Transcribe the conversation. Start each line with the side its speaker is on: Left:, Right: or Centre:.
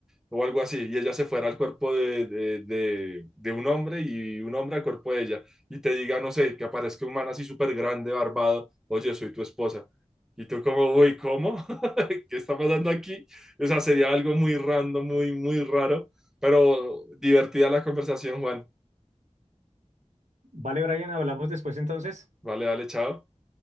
Centre: o algo así, y ella se fuera al cuerpo de, de, de- de un hombre y un hombre al cuerpo de ella, y te diga, no sé, que aparezca un man así súper grande, barbado, oye, soy tu esposa. Y tú como, uy, ¿cómo? <laughs> ¿Qué está pasando aquí? O sea, sería algo muy random, muy, muy raro, pero divertida la conversación, Juan.
Right: Vale, Brian, hablamos después entonces.
Centre: Vale, vale, chao.